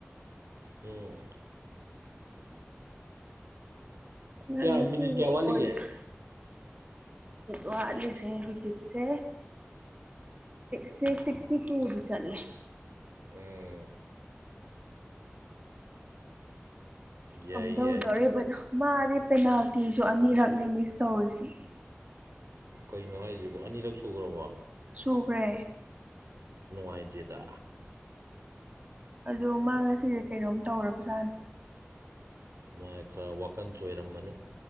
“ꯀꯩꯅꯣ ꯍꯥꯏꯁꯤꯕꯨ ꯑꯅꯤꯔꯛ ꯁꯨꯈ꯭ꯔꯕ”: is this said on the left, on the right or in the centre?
Right